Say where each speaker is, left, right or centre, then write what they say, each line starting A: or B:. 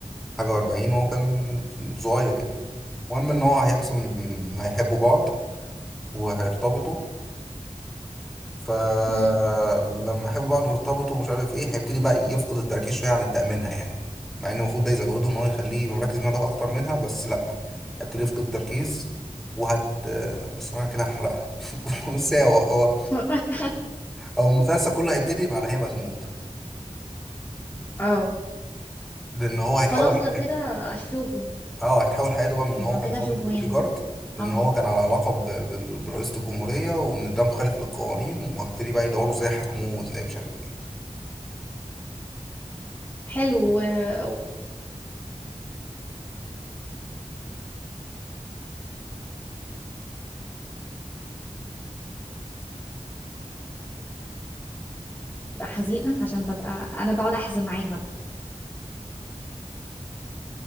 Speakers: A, in the centre; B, on the left (about 20°).
A: حاجة و40 وهو كان صغير يعني المهم ان هو هيحصل هيحبوا بعض وهيرتبطوا فلما
B: مم.
A: يحبوا بعض يرتبطوا ومش عارف ايه هيبتدي بقى يفقد التركيز شويه عن تأمينها يعني مع ان المفروض ده يزوده ان هو يخليه يبقى مركز معاها هو اكتر منها بس لا هيبتدي يفقد التركيز وهت بس انا كده هحرقها <laughs> بص هو هو
B: <laughs>
A: هو المسلسل كله هيبتدي بعد هي ما تموت
B: اه
A: لان هو هيتحول
B: خلاص
A: حياته
B: لو كده اشوفه
A: اه هيتحول حياته بقى من ان
B: انه
A: هو كان
B: كده
A: ضابط
B: اشوفه
A: بودي
B: يعني
A: جارد لان
B: اه
A: هو كان على علاقه ب... بال- برئيسه الجمهوريه وان ده مخالف للقوانين وهيبتدي بقى يدوروا ازاي يحاكموه وازاي مش عارف ايه
B: حلو و- وببقى حزينة عشان ببقى انا بقعد احزن معاها بقى